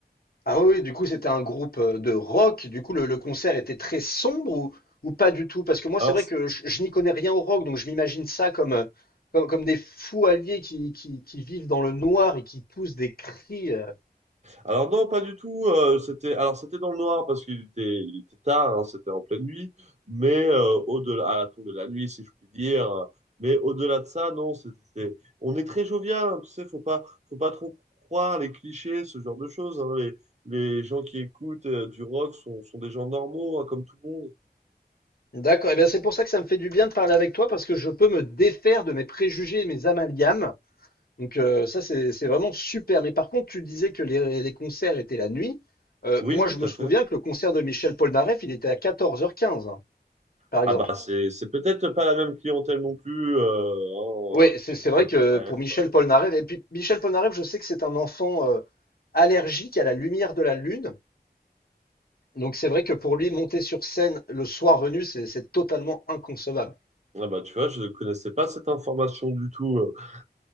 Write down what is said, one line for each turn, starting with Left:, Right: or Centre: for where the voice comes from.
Left: Ah oui, oui, du coup, c'était un groupe euh, de rock. Du coup, le, le concert était très sombre ou, ou pas du tout? Parce que moi,
Right: Alors
Left: c'est vrai que je, je n'y connais rien au rock, donc je m'imagine ça comme, euh, comme, comme des fous alliés qui, qui, qui vivent dans le noir et qui poussent des cris. euh.
Right: Alors non, pas du tout. euh, c'était alors c'était dans le noir parce qu'il était il était tard, hein, c'était en pleine nuit. Mais euh, au-delà à la tombée de la nuit, si je puis dire. euh, Mais au-delà de ça, non, c'était on est très jovial. hein, tu sais, faut pas faut pas trop croire les clichés, ce genre de choses. hein. Les les gens qui écoutent euh, du rock sont sont des gens normaux, hein, comme tout le monde.
Left: D'accord, et bien c'est pour ça que ça me fait du bien de parler avec toi, parce que je peux me défaire de mes préjugés et mes amalgames. Donc euh, ça, c'est c'est vraiment super. Mais par contre, tu disais que les, les concerts étaient la nuit. Euh,
Right: Oui,
Left: moi,
Right: tout
Left: je me
Right: à
Left: souviens
Right: fait.
Left: que le concert de Michel Polnareff, il était à 14h15, hein, par
Right: Ah
Left: exemple.
Right: bah c'est c'est peut-être pas la même clientèle non plus. Euh, hein,
Left: Oui,
Right: euh, Michel
Left: c'est c'est vrai
Right: Polnareff,
Left: que pour Michel
Right: euh.
Left: Polnareff, et puis Michel Polnareff, je sais que c'est un enfant euh, allergique à la lumière de la lune. Donc c'est vrai que pour lui, monter sur scène le soir venu, c'est c'est totalement inconcevable.
Right: Ah bah tu vois, je ne connaissais pas cette information du tout. euh.